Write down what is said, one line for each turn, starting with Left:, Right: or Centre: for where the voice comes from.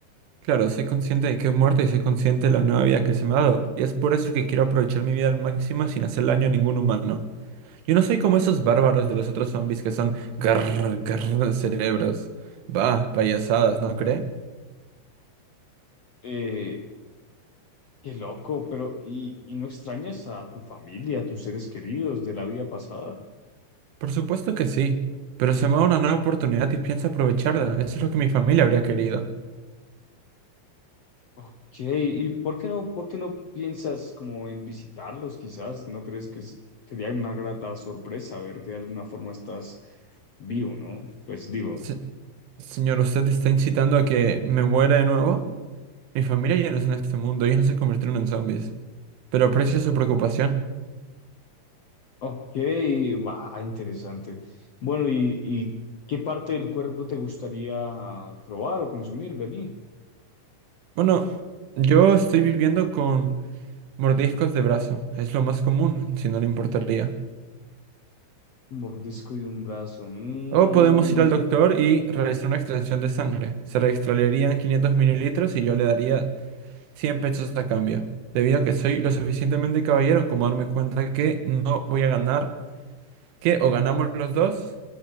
Right: Claro, soy consciente de que he muerto y soy consciente de la nueva vida que se me ha dado, y es por eso que quiero aprovechar mi vida al máximo sin hacer daño a ningún humano. Yo no soy como esos bárbaros de los otros zombies que son garr, garr cerebros. Bah, payasadas, ¿no cree?
Left: Eh, qué loco, pero ¿y, y no extrañas a tu familia, a tus seres queridos de la vida pasada?
Right: Por supuesto que sí, pero se me da una nueva oportunidad y pienso aprovecharla. Eso es lo que mi familia habría querido.
Left: Ok, ¿y por qué no, por qué no piensas como en visitarlos quizás? ¿No crees que es- sería una grata sorpresa ver que de alguna forma estás vivo, ¿no? Pues digo.
Right: Se- Señor, usted está incitando a que me muera de nuevo. Mi familia ya no está en este mundo, ellos no se convirtieron en zombies. Pero aprecio su preocupación.
Left: Ok, va, interesante. Bueno, ¿y, y qué parte del cuerpo te gustaría probar o consumir, Dani?
Right: Bueno, yo estoy viviendo con mordiscos de brazo. Es lo más común, si no le importaría.
Left: Un mordisco de un brazo. Mm,
Right: O podemos ir al doctor y realizar una extracción de sangre. Se extraerían 500 mililitros y yo le daría 100 pesos a cambio. Debido a que soy lo suficientemente caballero como darme cuenta que no voy a ganar, que o ganamos los dos